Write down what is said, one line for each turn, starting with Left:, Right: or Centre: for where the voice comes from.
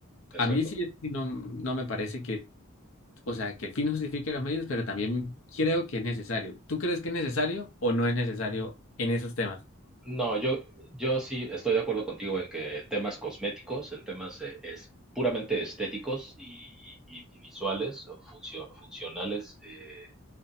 Centre: exacto.
Left: A mí sí, sí no, no me parece o sea, que el fin justifique los medios, pero también creo que es necesario. ¿Tú crees que es necesario o no es necesario en esos temas?
Centre: No, yo, yo sí estoy de acuerdo contigo en que temas cosméticos, en temas eh, es, puramente estéticos y, y- y visuales o funcio- funcionales eh,